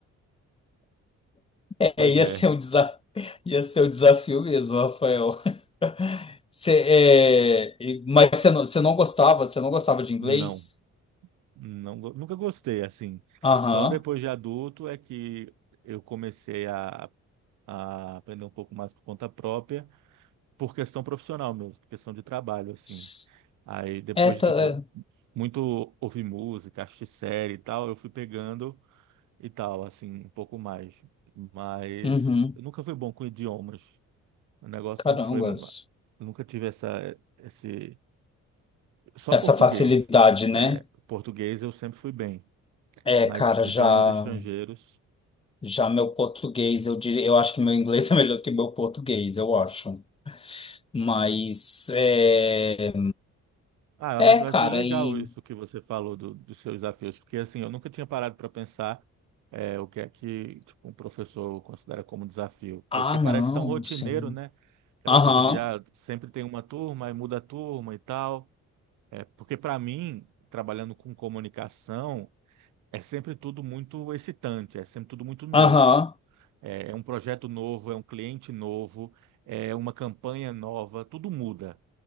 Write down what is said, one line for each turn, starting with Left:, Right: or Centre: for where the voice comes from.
Left: É,
Right: Pois
Left: <laughs> ia
Right: é,
Left: ser um desafio, <laughs> ia ser um desafio mesmo, Rafael. <laughs> Cê, é, e- mas você não, você não gostava, você não gostava de inglês?
Right: não, não, go- nunca gostei, assim.
Left: Aham.
Right: Só depois de adulto é que eu comecei a, a aprender um pouco mais por conta própria, por questão profissional mesmo, por questão de trabalho, assim.
Left: S-
Right: Aí depois
Left: É, tá,
Right: de, tipo,
Left: é.
Right: muito ouvir música, assistir série e tal, eu fui pegando. e tal, assim, um pouco mais. Mas
Left: Uhum.
Right: eu nunca fui bom com idiomas. O negócio
Left: Carambas.
Right: sempre foi. eu Nunca tive essa, esse. Só
Left: Essa
Right: português.
Left: facilidade, né?
Right: É, português eu sempre fui bem,
Left: É,
Right: mas
Left: cara,
Right: idiomas
Left: já
Right: estrangeiros.
Left: já meu português, eu diria, eu acho que meu inglês <laughs> é melhor do que meu português, eu acho. Mas é,
Right: Ah,
Left: é,
Right: mas eu
Left: cara,
Right: achei legal
Left: e
Right: isso que você falou do, dos seus desafios, porque assim, eu nunca tinha parado para pensar é, o que é que tipo, um professor considera como desafio,
Left: ah,
Right: porque parece
Left: não,
Right: tão rotineiro,
Left: sim.
Right: né? Aquela
Left: Aham.
Right: coisa de ah, sempre tem uma turma e muda a turma e tal. É, porque para mim, trabalhando com comunicação, é sempre tudo muito excitante, é sempre tudo muito novo.
Left: Aham.
Right: É, é um projeto novo, é um cliente novo, é uma campanha nova, tudo muda.